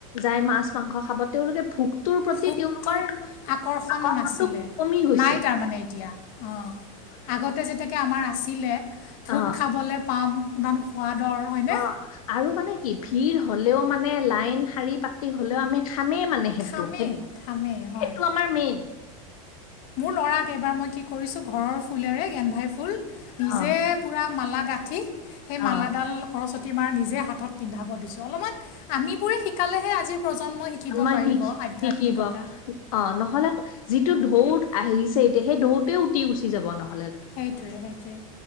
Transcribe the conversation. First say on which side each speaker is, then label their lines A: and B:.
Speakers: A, on the left; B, on the left.
A: যাই মাছ মাংস খাব তেওঁলোকে ভোক তোৰ প্ৰতি
B: ভোকটোৰ
A: তেওঁলোকৰ
B: আকৰ্ষণ
A: আকৰ্ষণটো
B: নাছিলে
A: কমি গৈছে।
B: নাই তাৰমানে এতিয়া অ আগতে যেনেকে আমাৰ আছিলে ভোক
A: অ
B: খাবলৈ পাম ইমান সোৱাদৰ হয়নে?
A: অ আৰু মানে কি ভিৰ হ'লেও মানে লাইন শাৰী পাতি হ'লেও আমি খামেই মানে সেইটো
B: খামেই
A: সেইটো
B: খামেই হয়
A: সেইটো আমাৰ মেইন।
B: মোৰ ল'ৰাক এইবাৰ মই কি কৰিছো ঘৰৰ ফুলেৰে গেন্ধাই ফুল নিজে
A: অ
B: মালা গাঠি সেই
A: অ
B: মালাডাল সৰসতী মাৰ নিজে হাতত পিন্ধাব দিছো অলপমান আমিবোৰে শিকালেহে আজিৰ প্ৰজন্মই শিকিব
A: ন
B: পাৰিব
A: শিকি
B: আধ্যাত্মিকতা
A: শিকিব অ নহ'লে যিটো ঢৌ ত আহিছে এতিয়া সেই ঢৌতে উটি উচি যাব নহয়।
B: সেইটোয়ে সেইটোয়ে